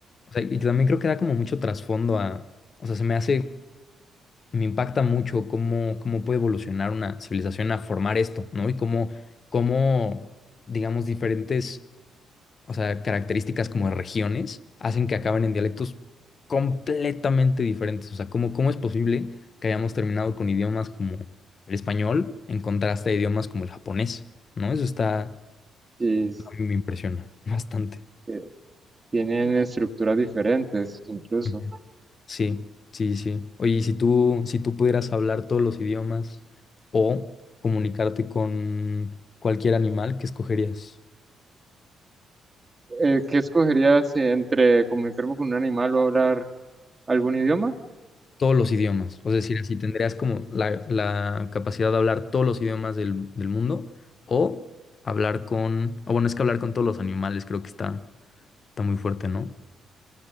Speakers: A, on the left (about 50°); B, on the right (about 30°).
A: o sea, y también creo que da como mucho trasfondo a, o sea, se me hace me impacta mucho cómo, cómo puede evolucionar una civilización a formar esto, ¿no? Y cómo, cómo, digamos, diferentes, o sea, características como de regiones hacen que acaben en dialectos completamente diferentes. O sea, cómo, cómo es posible que hayamos terminado con idiomas como el español en contraste a idiomas como el japonés, ¿no? Eso está,
B: Sí,
A: a mí me impresiona bastante.
B: eh, tienen estructuras diferentes incluso.
A: Ujú. Sí, sí, sí. Oye, y si tú, si tú pudieras hablar todos los idiomas o comunicarte con cualquier animal, ¿qué escogerías?
B: Eh, ¿qué escogerías eh, entre comunicarme con un animal o hablar algún idioma?
A: Todos los idiomas. O sea, es decir, así tendrías como la, la capacidad de hablar todos los idiomas del, del mundo o hablar con... O bueno, es que hablar con todos los animales creo que está, está muy fuerte, ¿no?